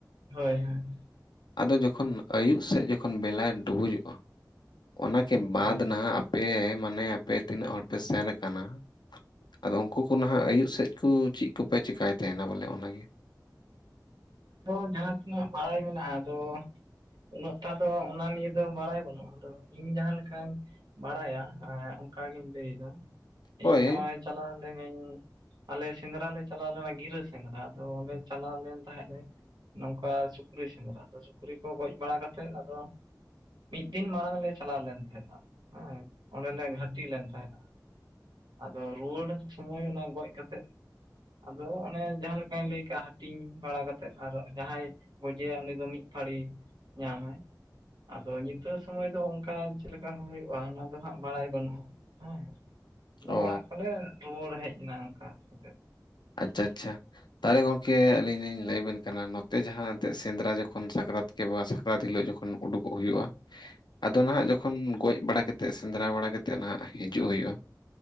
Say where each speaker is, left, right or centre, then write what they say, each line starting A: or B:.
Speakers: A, on the right (about 85°); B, on the left (about 85°).
A: ᱦᱳᱭ ᱦᱳᱭ
B: ᱟᱫᱚ ᱡᱚᱠᱷᱚᱱ ᱟᱹᱭᱩᱵ ᱥᱮᱫ ᱡᱚᱠᱷᱚᱱ ᱵᱮᱞᱟᱭ ᱰᱩᱵᱩᱡᱚᱜᱼᱟ᱾ ᱚᱱᱟᱠᱮ ᱵᱟᱸᱫ
A: ᱦᱳᱭ
B: ᱱᱟᱦᱟᱜ ᱟᱯᱮ ᱢᱟᱱᱮ ᱟᱯᱮ ᱛᱤᱱᱟᱹᱜ ᱦᱚᱲ ᱯᱮ ᱥᱮᱱ ᱠᱟᱱᱟ᱾ ᱟᱫᱚ ᱩᱱᱠᱩ ᱠᱚ ᱱᱟᱦᱜ ᱟᱹᱭᱩᱵ ᱥᱮᱫ ᱠᱚ ᱪᱮᱫ ᱠᱚᱯᱮ ᱪᱮᱠᱟᱭ ᱛᱟᱦᱮᱱᱟ ᱵᱚᱞᱮ ᱚᱱᱟᱜᱮ?
A: ᱦᱚᱸ ᱡᱟᱦᱟᱸ ᱛᱤᱱᱟᱹᱜ ᱵᱟᱲᱟᱭ ᱢᱮᱱᱟᱜᱼᱟ ᱟᱫᱚ ᱩᱱᱟᱹᱜ ᱴᱟ ᱫᱚ ᱚᱱᱟ ᱱᱤᱭᱮ ᱫᱚ ᱵᱟᱲᱟᱭ ᱵᱟᱹᱱᱩᱜᱼᱟ ᱟᱫᱚ ᱤᱧ ᱡᱟᱦᱟᱸ ᱞᱮᱠᱟᱧ ᱵᱟᱲᱟᱭᱟ ᱮᱸ ᱚᱝᱠᱟ ᱜᱤᱧ ᱞᱟᱹᱭᱫᱟ
B: ᱦᱳᱭ
A: ᱤᱧ ᱦᱚᱸᱜᱼᱚᱭ ᱪᱟᱞᱟᱣ ᱞᱤᱱᱟᱹᱧ ᱟᱞᱮ ᱥᱮᱸᱱᱫᱽᱨᱟ ᱞᱮ ᱪᱟᱞᱟᱣ ᱞᱮᱱᱟ ᱜᱤᱨᱟᱹ ᱥᱮᱸᱱᱫᱽᱨᱟ ᱟᱫᱚ ᱚᱸᱰᱮ ᱪᱟᱞᱟᱣ ᱞᱮᱱ ᱛᱟᱦᱮᱸᱜ ᱞᱮ ᱱᱚᱝᱠᱟ ᱥᱩᱠᱨᱤ ᱥᱮᱸᱱᱫᱽᱨᱟ ᱟᱫᱚ ᱥᱩᱠᱨᱤ ᱠᱚ ᱜᱚᱡ ᱵᱟᱲᱟ ᱠᱟᱛᱮᱫ ᱟᱫᱚ ᱢᱤᱫ ᱫᱤᱱ ᱢᱟᱲᱟᱝ ᱞᱮ ᱪᱟᱞᱟᱣ ᱞᱮᱱ ᱛᱟᱦᱮᱸᱱᱟ ᱦᱮᱸ ᱚᱸᱰᱮ ᱞᱮ ᱜᱷᱟᱴᱤ ᱞᱮᱱ ᱛᱟᱦᱮᱸᱱᱟ᱾ ᱟᱫᱚ ᱨᱩᱣᱟᱹᱲ ᱥᱚᱢᱚᱭ ᱚᱱᱟ ᱜᱚᱡ ᱠᱟᱛᱮᱜ ᱟᱫᱚ ᱚᱱᱮ ᱡᱟᱦᱟᱸ ᱞᱮᱠᱟᱧ ᱞᱟᱹᱭ ᱠᱟᱜᱼᱟ ᱦᱟᱹᱴᱤᱧ ᱵᱟᱲᱟ ᱠᱟᱛᱮᱫ ᱟᱨᱚ ᱡᱟᱦᱟᱸᱭ ᱜᱚᱡᱮᱭᱟᱭ ᱩᱱᱤ ᱫᱚ ᱢᱤᱫ ᱯᱷᱟᱹᱲᱤ ᱧᱟᱢᱟᱭ᱾ ᱟᱫᱚ ᱧᱤᱫᱟᱹ ᱥᱚᱢᱚᱭ ᱫᱚ ᱚᱝᱠᱟ ᱪᱮᱫ ᱞᱮᱠᱟ ᱦᱩᱭᱩᱜᱼᱟ ᱚᱱᱟ ᱫᱚ ᱦᱟᱸᱜ ᱵᱟᱲᱟᱭ ᱵᱟᱹᱱᱩᱜᱼᱟ᱾ ᱦᱮᱸ ᱟᱫᱚ
B: ᱚ
A: ᱚᱲᱟᱜ ᱠᱚᱞᱮ ᱨᱩᱣᱟᱹᱲ ᱦᱮᱡ ᱮᱱᱟ ᱚᱝᱠᱟ ᱠᱟᱛᱮᱫ᱾
B: ᱟᱪᱪᱷᱟ ᱟᱪᱪᱷᱟ ᱛᱟᱦᱚᱞᱮ ᱜᱚᱢᱠᱮ ᱟᱹᱞᱤᱧ ᱞᱤᱧ ᱞᱟᱹᱭ ᱟᱵᱮᱱ ᱠᱟᱱᱟ ᱱᱚᱛᱮ ᱡᱟᱦᱟᱸ ᱱᱤᱛᱟᱜ ᱥᱮᱸᱱᱫᱽᱨᱟ ᱡᱚᱠᱷᱚᱱ ᱥᱟᱠᱨᱟᱛ ᱠᱮ ᱵᱟ ᱥᱟᱠᱨᱟᱛ ᱦᱤᱞᱳᱜ ᱡᱚᱠᱷᱚᱱ ᱩᱰᱩᱠᱚᱜ ᱦᱩᱭᱩᱜᱼᱟ ᱾
A: <inaudible>
B: ᱟᱫᱚ ᱱᱟᱦᱟᱜ ᱡᱚᱠᱷᱚᱱ ᱜᱚᱡ ᱵᱟᱲᱟ ᱠᱟᱛᱮ ᱥᱮᱸᱱᱫᱽᱨᱟ ᱵᱟᱲᱟ ᱠᱟᱛᱮᱜ ᱱᱟᱜ ᱦᱤᱡᱩᱜ ᱦᱩᱭᱩᱜᱼᱟ,